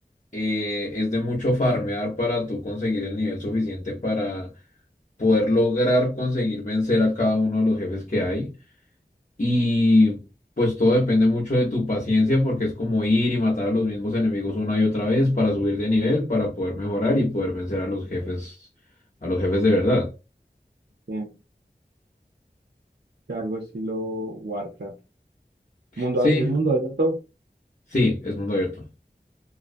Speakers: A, on the left; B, on the right.
A: eh, es de mucho farmear para tú conseguir el nivel suficiente para poder lograr conseguir vencer a cada uno de los jefes que hay. Y pues todo depende mucho de tu paciencia porque es como ir y matar a los mismos enemigos una y otra vez para subir de nivel, para poder mejorar y poder vencer a los jefes, a los jefes de verdad.
B: Bien, algo estilo Warcraft. Mundo,
A: Sí,
B: ab- ¿es mundo abierto?
A: sí, es mundo abierto.